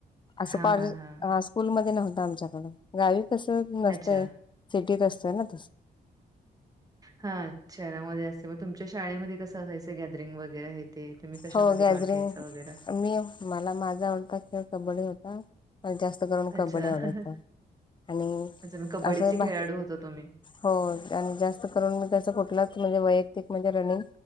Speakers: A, on the left (about 25°); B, on the right (about 20°).
A: असं
B: हा
A: कॉलेज
B: हा हा
A: ह स्कूलमध्ये नव्हतं आमच्याकडे, गावी तस नसतय.
B: अच्छा
A: सिटीत असतय ना तस?
B: हा शहरामध्ये असते, मग तुमच्या शाळेमध्ये कसं असायचं गॅदरिंग वगैरे हे? ते, तुम्ही कशामध्ये
A: हो गॅदरिंग
B: भाग घ्यायचा वगैरे?
A: मी मला माझा आवडता खेळ कबड्डी होता. मला जास्त करून कबड्डी
B: अच्छा
A: आवडायचं आणि
B: अच्छा मग कबड्डीचे
A: असं
B: खेळाडू
A: बा-
B: होता तुम्ही.
A: हेर आणि जास्त करून मी त्याचा कुठलाच म्हणजे वैयक्तिक म्हणजे रनिंग-